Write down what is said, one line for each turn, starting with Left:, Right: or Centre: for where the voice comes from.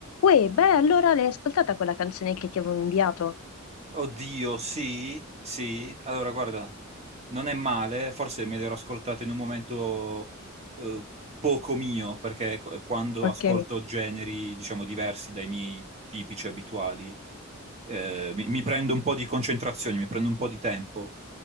Left: Uè, beh, allora l'hai ascoltata quella canzone che ti avevo inviato?
Right: Oddio, sì, sì. Allora, guarda, non è male, forse me l'ero ascoltato in un momento eh, poco mio, perché qu- quando
Left: Ok,
Right: ascolto generi, diciamo, diversi dai miei tipici abituali, eh, mi, mi prendo un po' di concentrazione, mi prendo un po' di tempo.